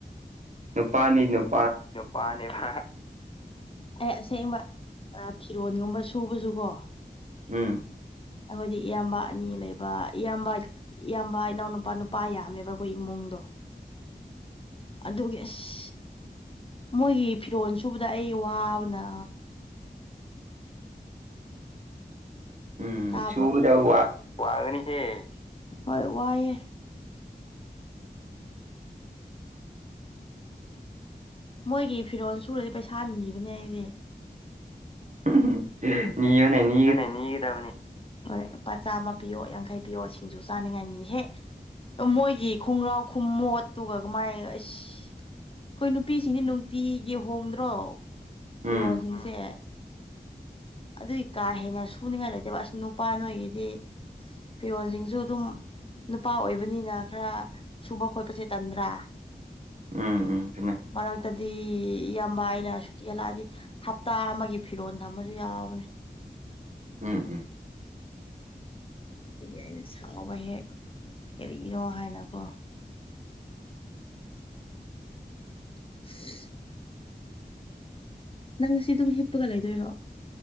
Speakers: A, on the right (about 45°); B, on the left (about 35°).
A: ꯅꯨꯄꯥꯅꯤ ꯅꯨꯞ
B: ꯅꯨꯄꯥꯅ‌ꯦ ꯕ ꯑꯦ ꯑꯁꯦꯡꯕ ꯐꯤꯔꯣꯟꯒꯨꯝꯕ ꯁꯨꯕꯁꯨꯀꯣ
A: ꯎꯝ
B: ꯑꯩꯈꯣꯏꯗꯤ ꯏꯌꯥꯝꯕ ꯑꯅꯤ ꯂꯩꯕ ꯏꯌꯥꯝꯕ ꯏꯌꯥꯝꯕ ꯏꯅꯥꯎ ꯅꯨꯄꯥ ꯅꯨꯄꯥ ꯌꯥꯝꯃꯦꯕ ꯑꯩꯈꯣꯏ ꯏꯃꯨꯡꯗꯣ ꯑꯗꯨꯒꯤ ꯑꯁ ꯃꯣꯏꯒꯤ ꯐꯤꯔꯣꯟ ꯁꯨꯕꯗ ꯑꯩ ꯋꯥꯕꯅ
A: ꯎꯝ
B: ꯇꯥꯕ꯭ꯔꯣ
A: ꯁꯨꯒꯗꯕ
B: ꯋꯥꯒꯅꯤꯍꯦ ꯍꯣꯏ ꯋꯥꯏꯌ‌ꯦ ꯃꯣꯏꯒꯤ ꯐꯤꯔꯣꯜ ꯁꯨꯔꯗꯤ ꯄꯩꯁꯥ ꯅꯤꯕꯅꯦ ꯑꯩꯗꯤ
A: ꯎꯝ ꯍꯝ <inaudible> ꯃꯤꯑ‌ꯣꯟꯅꯩꯅꯤ
B: ꯈꯪꯗ‌ꯦ ꯅꯤꯒꯗꯝꯅꯤ ꯍꯣꯏ ꯂꯨꯄꯥ ꯆꯥꯝꯃ ꯄꯤꯌꯣ ꯌꯥꯡꯈꯩ ꯄꯤꯌꯣ ꯁꯤꯡꯖꯨ ꯆꯥꯅꯤꯡꯉꯥꯏꯅꯤ ꯍꯦ ꯃꯣꯏꯒꯤ ꯈꯨꯡꯒ꯭ꯔꯥꯎ ꯈꯨꯃꯣꯠꯇꯨꯒ ꯀꯃꯥꯏꯅ ꯑꯁ ꯑꯩꯈꯣꯏ ꯅꯨꯄꯤꯁꯤꯡꯗꯤ ꯅꯨꯡꯇꯤꯒꯤ ꯍꯣꯡꯗ꯭ꯔꯣ ꯐꯤꯔꯣꯜꯁꯤꯡꯁꯦ
A: ꯎꯝ
B: ꯑꯗꯨꯏ ꯀꯥ ꯍꯦꯟꯅ ꯁꯨꯅꯤꯡꯉꯥꯏ ꯂꯩꯇꯦꯕ ꯑꯁ ꯅꯨꯄꯥ ꯅꯣꯏꯒꯤꯗꯤ ꯐꯤꯔꯣꯟꯖꯤꯡꯁꯨ ꯑꯗꯨꯝ ꯅꯨꯄꯥ ꯑꯣꯏꯕꯅꯤꯅ ꯈꯔ ꯁꯨꯕ ꯈꯣꯠꯄꯁꯤ ꯇꯟꯗ꯭ꯔꯥ
A: ꯎꯝ ꯎꯝ ꯆꯨꯝꯃꯦ
B: ꯃꯔꯛꯇꯗꯤ ꯏꯌꯥꯝꯕ ꯍꯥꯏꯅ ꯁꯨꯠ ꯌꯦꯠꯂꯑꯗꯤ ꯍꯞꯇꯥ ꯑꯃꯒꯤ ꯐꯤꯔꯣꯟ ꯊꯝꯃ ꯌꯥꯕꯅꯦ
A: ꯎꯝ ꯎꯝ
B: ꯑꯗꯒꯤ ꯑꯩꯅ ꯁꯥꯎꯕ ꯍꯦꯛ ꯀꯔꯤꯒꯤꯅꯣ ꯍꯥꯏꯅꯀꯣ <unintelligible> ꯅꯪ ꯉꯁꯤ ꯗꯨꯝ ꯍꯤꯞꯄꯒ ꯂꯩꯗꯣꯏꯔꯣ